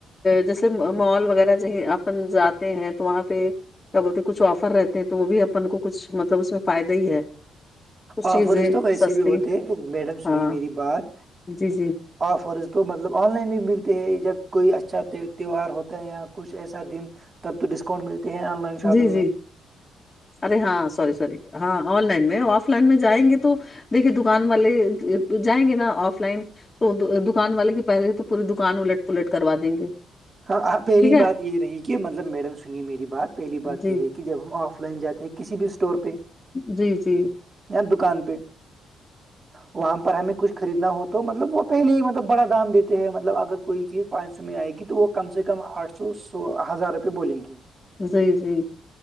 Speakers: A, on the left (about 20°); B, on the right (about 35°).
A: جیسے مال وغیرہ اپن جاتے ہیں تو وہاں پہ کیا بولتے کچھ آفر رہتے ہیں تو وہ بھی اپن کو کچھ مطلب اس میں فائدہ ہی ہے کچھ چیزیں
B: آفرز تو کیسے
A: سستی
B: بھی ہوتے میڈم
A: ہاں
B: سنی میری بات
A: جی جی
B: آفرز تو مطلب آن لائن بھی ملتے ہیں جب کوئی اچھا تہوار ہوتا ہے یا کچھ ایسا دن تب تو ڈسکؤنٹ ملتے ہیں آن لائن شاپنگ
A: جی جی
B: میں
A: ارے ہاں سوری سوری ہاں آن لائن میں آف لائن میں جائیں گے تو دیکھیے دکان والے جائیں گے نا آف لائن تو دکان والے کی پہلے ہی تو پوری دکان الٹ پلٹ کروا دیں گے
B: ہاں پہلی
A: ٹھیک ہے
B: بات یہ رہی کہ مطلب میڈم سنی میری بات پہلی بات
A: جی
B: یہ رہی کہ کہ جب ہم آف لائن جاتے ہیں کسی بھی اسٹور پہ
A: جی جی
B: یا دکان پہ
A: جی
B: وہاں پر ہمیں کچھ خریدنا ہو تو مطلب وہ پہلے ہی مطلب بڑا دام دیتے ہیں مطلب اگر کوئی چیز پانچ سو میں آئے گی تو وہ کم سے کم آٹھ سو سو ہزار روپے بولیں گی
A: جی جی